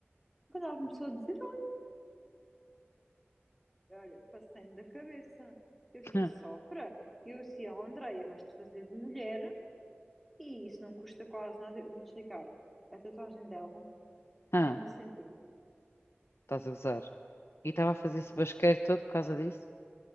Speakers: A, in the centre; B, on the left.
A: quando ela começou a dizer: Olha, passei-me da cabeça. Eu assim,
B: Hã,
A: sopra. Eu assim, ó, Andreia, vais-te fazer de mulher e isso não custa quase nada. Eu vou-te explicar. A tatuagem dela
B: hã,
A: tem um centímetro.
B: estás a gozar. E estava a fazer esse
A: Não.
B: basqueiro todo por causa disso.